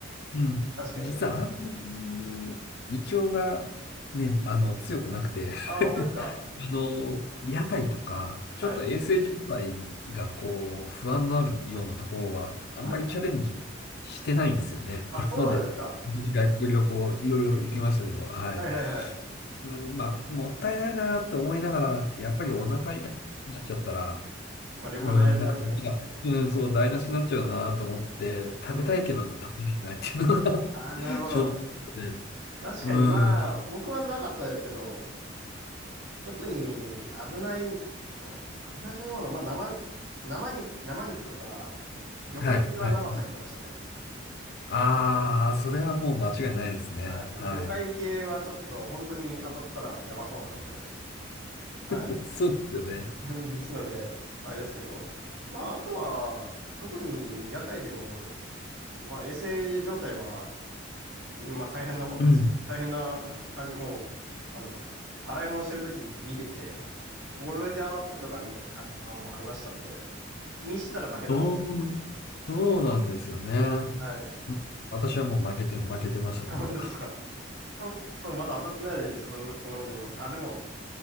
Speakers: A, on the left; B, on the right.
A: うん。
B: 確かに確かに。
A: 実はあんまり胃腸がね、あの、強くなくて
B: あ、本当ですか
A: <laughs> あの、屋台とか、ちょっと衛生状態がこう、
B: はい。
A: 不安のあるようなところは、あんまりチャレンジしてないんですよね。
B: はい。あ、
A: これまで外国旅行いろいろ行きましたけど、
B: そうなんですか
A: はい。
B: はいはいはい。
A: うんまあ、もったいないなと思いながら、やっぱりお腹痛くなっちゃったら、
B: うん。まあ旅行台無しになっちゃいますしね。
A: うん、なんか、なんかうん、そう、台無しになっちゃうなと思って、食べたいけど食べれてないっていうのが
B: うん。ああ、
A: <laughs>
B: なるほど。
A: 正直で、
B: 確かにまあ、
A: うん、は
B: 僕はなかったですけど、特に危ない、うん危ないというものは、まあ生、生に、生肉とか、魚介系は生避けてましたね。
A: い、はい。ああ、それはもう間違いないですね。
B: はい。
A: はい。
B: 魚介系はちょっと本当に当たったらやばそうなので、
A: <laughs>
B: はい。
A: そうですよね。
B: <laughs> ですので、あれですけど、まあ、あとは、特に屋台でも、まあ、衛生状態は今大変なことですけど、
A: うん。
B: 大変な <laughs> 感じ、もう、なんだろう。洗い物してるときに見てて、これで洗ってんのかみたいな感じのもありましたんで、気にしてたら負けなんですけど。
A: そう、そうなんですよね。
B: はい。
A: うん私はもう負けて、負けてましたけど。
B: あのですか。そう、そうまだ当たってないのにね、そんな、こんなこと言いますか。あ、でも、